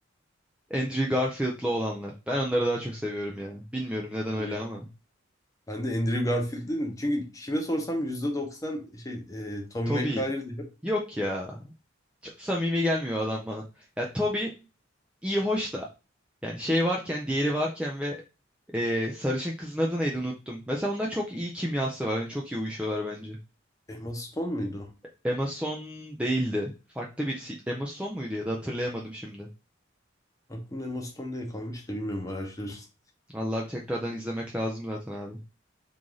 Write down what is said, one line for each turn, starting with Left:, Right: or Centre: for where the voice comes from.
Centre: Andrew Garfield'lı olanlar. Ben onları daha çok seviyorum ya. Bilmiyorum neden
Left: Oley.
Centre: öyle ama.
Left: Ben de Andrew Garfield dedim. Çünkü kime sorsam %90 şey e, Tobey
Centre: Toby
Left: Maguire diyor.
Centre: yok ya. Çok samimi gelmiyor adam bana. Ya Toby iyi hoş da. Yani şey varken diğeri varken ve eee, sarışın kızın adı neydi unuttum. Mesela onda çok iyi kimyası var. Yani çok iyi uyuşuyorlar bence.
Left: Emma Stone muydu?
Centre: Emma Stone değildi. Farklı birisi. Emma Stone muydu ya da hatırlayamadım şimdi.
Left: Aklımda Emma Stone diye kalmış da bilmiyorum araştırırız.
Centre: Vallahi bir tekrardan izlemek lazım zaten abi.